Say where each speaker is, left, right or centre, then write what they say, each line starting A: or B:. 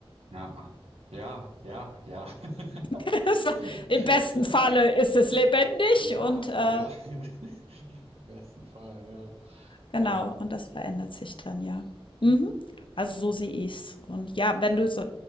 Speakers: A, on the right (about 80°); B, on the left (about 55°).
A: Ja, ja, ja, ja. <laughs>
B: <laughs> Es Im besten Falle ist es lebendig
A: Ja,
B: und, äh
A: ja. <laughs> Im besten Fall, ja.
B: Genau,
A: Ähm,
B: und das verändert sich dann ja. Mhm. Also so sehe ich's. Und ja, wenn du so,